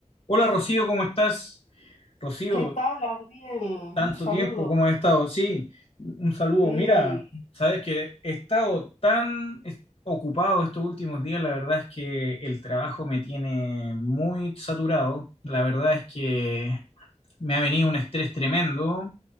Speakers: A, on the left (about 50°); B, on the left (about 75°).
A: Hola Rocío, ¿cómo estás? Rocío,
B: ¿Qué tal, Adriel?
A: tanto
B: Un saludo.
A: tiempo, ¿cómo has estado? Sí, un saludo.
B: Sí.
A: Mira, sabes que he estado tan es- ocupado estos últimos días, la verdad es que el trabajo me tiene muy saturado, la verdad es que me ha venido un estrés tremendo